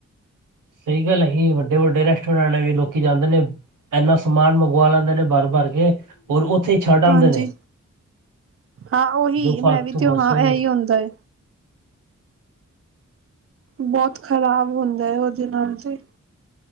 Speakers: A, on the right; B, on the right.
A: ਸਹੀ ਗੱਲ ਹੈ, ਵੱਡੇ-ਵੱਡੇ ਰੈਸਟੋਰੈਟ ਵਾਲ ਵੀ ਲੋਕੀ ਜਾਦੇ ਨੇ ਇਨਾ ਸਮਾਨ ਮੰਗਵਾ ਲੈਦੇ ਨੇ ਭਰ-ਭਰ ਕੇ ਔਰ ਉਥੇ ਹੀ ਛੱਡ ਆਉਦੇ
B: ਹਾਂਜੀ
A: ਨੇ,
B: ਹਾਂ ਉਹੀ
A: ਜੋ ਫਰਕ
B: ਮੈਂ ਵੀ
A: ਤੋ
B: ਤੇ
A: ਬਸੇ
B: ਹਾਂ ਇਹੀ ਹੁੰਦਾ <unintelligible> ਬਹੁਤ ਖਰਾਬ ਹੁੰਦਾ ਹੈ, ਉਹਦੇ ਨਾਲ ਤੇ